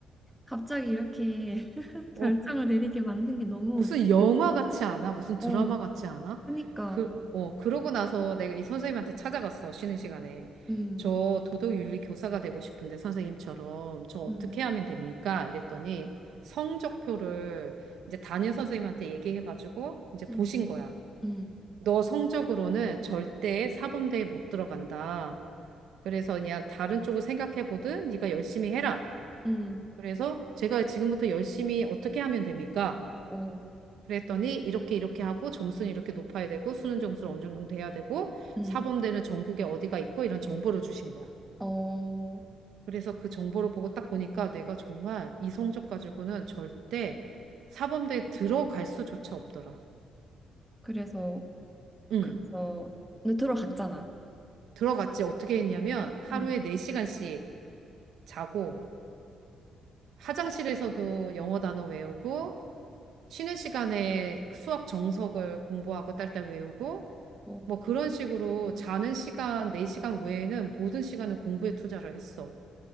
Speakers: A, in the centre; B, on the right.
A: 갑자기 이렇게 <laughs>
B: 어?
A: 결정을 내리게 만든 게 너무,
B: 무슨 영화 같지 않아? 무슨 드라마
A: 어,
B: 같지 않아?
A: 그러니까,
B: 그, 어, 그러고 나서 내가 이 선생님한테 찾아갔어, 쉬는 시간에.
A: 음,
B: 저 도덕윤리 교사가 되고 싶은데, 선생님처럼. 저 어떻게
A: 음,
B: 하면 됩니까? 이랬더니 성적표를 이제 담임 선생님한테 얘기해가지고 이제
A: 음,
B: 보신 거야.
A: 음,
B: 너 성적으로는 절대 사범대에 못 들어간다. 그래서 그냥 다른 쪽을 생각해보든 네가 열심히 해라.
A: 음,
B: 그래서 제가 지금부터 열심히 어떻게 하면 됩니까?
A: 어,
B: 그랬더니 이렇게 이렇게 하고 점수는 이렇게 높아야 되고 수능 점수는 어느 정도 돼야 되고
A: 음,
B: 사범대는 전국에 어디가 있고 이런 정보를 주신 거야.
A: 어,
B: 그래서 그 정보를 보고 딱 보니까 내가 정말 이 성적 가지고는 절대 사범대에 들어갈 수조차 없더라.
A: 그래서,
B: 응.
A: 그래서 근데 들어갔잖아.
B: 들어갔지. 어떻게 했냐면 하루에
A: 음.
B: 4시간씩 자고 화장실에서도 영어 단어 외우고 쉬는 시간에 수학 정석을 공부하고 딸딸 외우고
A: 어,
B: 뭐 그런 식으로 자는 시간, 내 시간 외에는 모든 시간을 공부에 투자를 했어.